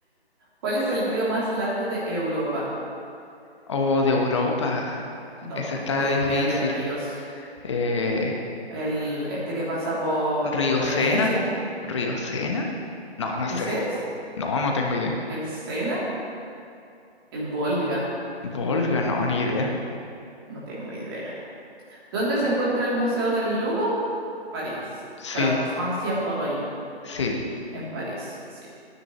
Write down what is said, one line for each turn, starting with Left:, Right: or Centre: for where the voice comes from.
Right: ¿Cuál es el río más largo de Europa?
Left: Oh, de Europa.
Right: No
Left: Esa
Right: tengo
Left: está difícil.
Right: idea de ríos.
Left: Eh,
Right: El, este que pasa por,
Left: Río
Right: por Venecia,
Left: Sena. ¿Río Sena? No, no
Right: ¿ese
Left: sé.
Right: es?
Left: No, no tengo idea.
Right: ¿El Sena? ¿El Volga?
Left: Volga, no, ni idea.
Right: No tengo idea. ¿Dónde se encuentra el Museo del Louvre? París,
Left: Sí,
Right: Fran- Francia por ahí,
Left: sí.
Right: en París, sí.